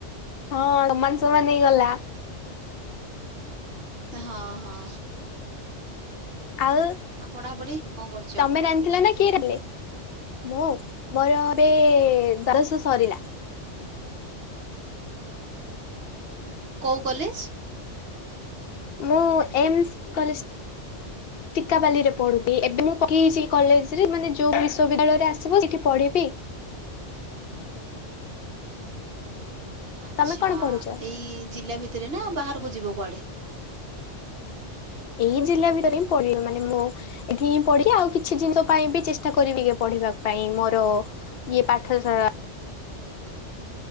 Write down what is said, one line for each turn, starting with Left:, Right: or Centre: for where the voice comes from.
Left: ହଁ ସମାନ ସମାନ ହେଇଗଲା‌।
Right: ହଁ ହଁ।
Left: ଆଉ
Right: ପଢ଼ାପଢ଼ି କଣ କରୁଛ
Left: ତମେ ରାନ୍ଧିଥିଲନା କିଏ ରାନ୍ଧିଲେ? ମୁଁ ମୋର ଏବେ ଦଶ ସରିଲା।
Right: ଦାବସ ସରିଲା।
Left: <inaudible>
Right: କୋଉ କଲେଜ୍?
Left: ମୁଁ ଏମସ୍ କଲେଜ୍ ଚିକାପାଲିରେ ପଢୁଥି ଏବେ ମୁଁ ପକେଇଚି କଲେଜରେ ମାନେ ଯୋଉ ବିଶ୍ୱବିଦ୍ୟାଳୟରେ ଆସିବ ସେଇଠି ପଢିବି।
Right: ବିଦ୍ୟାଳୟରେ ଆସିବ ସେଇଠି ଆଚ୍ଛା
Left: ତମେ କଣ ପଢୁଛ?
Right: ଏଇ ଜିଲ୍ଲା ଭିତରେ ନା ବାହାରକୁ ଯିବ କୁଆଡ଼େ?
Left: ଏଇ ଜିଲ୍ଲା ଭିତରେ ହିଁ ପଡ଼ିବି ମାନେ ମୋ ଏଠି ହିଁ ପଢିବି ଆଉ କିଛି ଜିନିଷ ପାଇଁ ବି ଚେଷ୍ଟା କରିବି ଟିକେ ପଢିବା ପାଇଁ ମୋର ଇଏ ପାଠ ସ